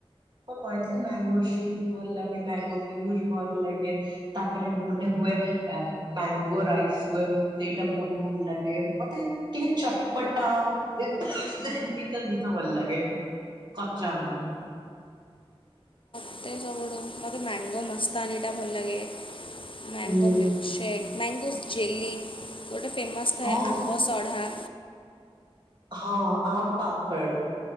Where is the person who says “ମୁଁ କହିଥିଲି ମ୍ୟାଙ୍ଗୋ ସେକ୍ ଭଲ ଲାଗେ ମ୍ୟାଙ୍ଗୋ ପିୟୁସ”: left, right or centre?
Right